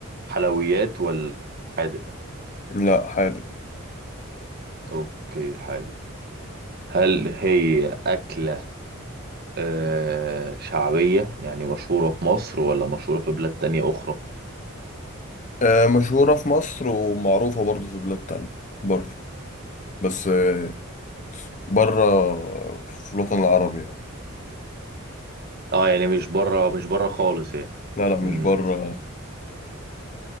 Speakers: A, on the right (about 45°); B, on the left (about 35°).
A: حلويات ولا حادق
B: لا حادق
A: أوكي حادق هل هي أكلة آه، شعبية يعني مشهورة في مصر ولا مشهورة في بلاد تانية أخرى
B: أه مشهورة في مصر ومعروفة برضو في بلاد تانية بره بس أه بره في الوطن العربي يعني
A: اه يعني مش بره مش بره خالص يعني
B: لا لا مش
A: مم.
B: بره